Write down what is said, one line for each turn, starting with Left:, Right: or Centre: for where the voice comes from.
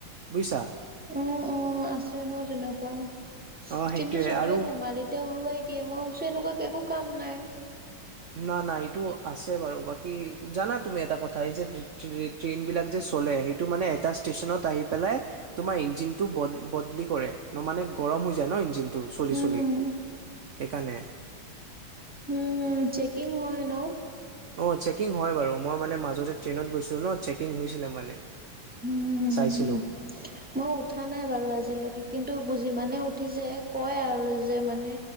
Right: বুজিছা?
Centre: উম, উম, আছে ন তেনেকুৱা
Right: অ সেইটোয়ে
Centre: কিন্তু চবে
Right: আৰু
Centre: ধেমালিতে উৰুৱাই দিয়ে মই ভাবিছো এনেকুৱা একো কাম নাই।
Right: নাই নাই এইটো আছে বাৰু। বাকী জানা তুমি এটা কথা এই যে ট্ৰেইন বিলাক যে চলে সেইটো মানে এটা ষ্টেচনত আহিব তোমাৰ ইঞ্জীনতো বদ বদলি কৰে। মানে গৰম হৈ যায় ন ইঞ্জীনতো টো চলি
Centre: উম
Right: চলি সেইকাৰণে।
Centre: উম চেকিং হয় ন?
Right: অ চেকিং হয় বাৰু মই মানে মাজতে ট্ৰেইনত গৈছিলো ন চেকিং হৈছিলে মানে।
Centre: উম
Right: চাইছিলো
Centre: মই উঠা নাই বাৰু আজিলৈকে কিন্তু বুজি মানে উঠিছে কয় আৰু যে মানে